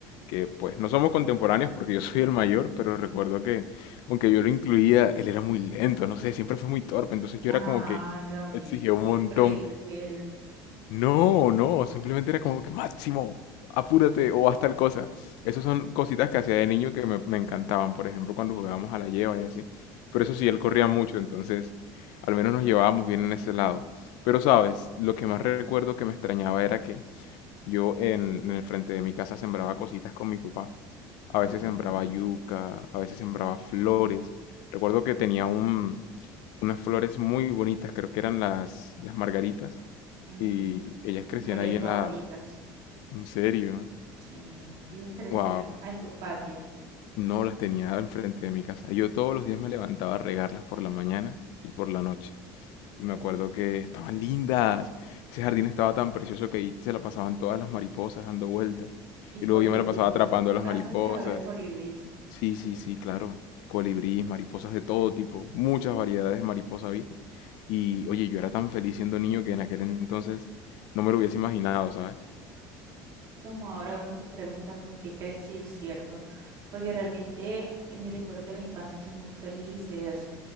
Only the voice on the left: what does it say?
que pues no somos contemporáneos porque yo soy el mayor, pero recuerdo que aunque yo lo incluía, él era muy lento, no sé, siempre fue muy torpe, entonces yo
era como que
exigía un
montón.
No, no, simplemente era como que Máximo, apúrate o haz tal cosa. Esas son cositas que hacía de niño que me, me encantaban, por ejemplo, cuando jugábamos a la lleva y así. Pero eso sí, él corría mucho, entonces al menos nos llevábamos bien en ese lado. Pero sabes, lo que más recuerdo que me extrañaba era que yo en, en el frente de mi casa sembraba cositas con mi papá. A
veces sembraba yuca, a veces sembraba flores. Recuerdo que tenía un, unas flores muy bonitas, creo que eran las, las margaritas
y ellas
crecían
ahí en
la... En serio.
Wow.
No las tenía enfrente de mi casa. Yo todos los días me levantaba a regarlas por la mañana y por la noche. Y me acuerdo que estaban lindas. Ese jardín estaba tan precioso que ahí se la pasaban todas las mariposas dando vueltas.
Y
luego yo me la pasaba atrapando
a las mariposas.
Sí, sí, sí, claro. Colibríes, mariposas de todo tipo. Muchas variedades de mariposa vi. Y oye, yo era tan feliz siendo niño que en aquel entonces no me lo hubiese imaginado, ¿sabes?